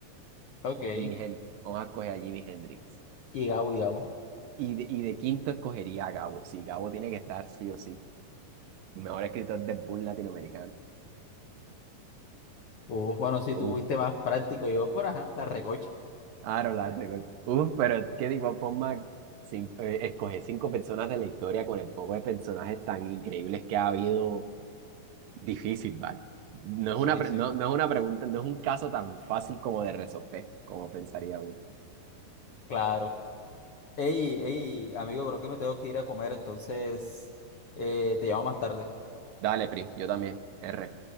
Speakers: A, on the left; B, on the right.
A: ok.
B: Jimi Hendrix. Vamos a escoger a Jimi Hendrix.
A: Y Gabo, y Gabo.
B: Y de, y de quinto escogería a Gabo. Sí, Gabo tiene que estar sí o sí. Mejor escritor de boom latinoamericano.
A: Uh, bueno, si
B: Uf,
A: tú fuiste más práctico, yo por ajá, la recocha.
B: Aaron Larregol. Uf, pero es que de igual forma, cin- eh, escoger cinco personas de la historia con el poco de personajes tan increíbles que ha habido, difícil, ¿vale? No
A: Sí,
B: es una, pre-
A: sí,
B: no, no es una pregunta, no es un caso tan fácil como de resolver, como pensaría uno.
A: claro. Ey, ey, amigo, creo que me tengo que ir a comer, entonces eh, te llamo más tarde.
B: Dale, Pri, yo también. R.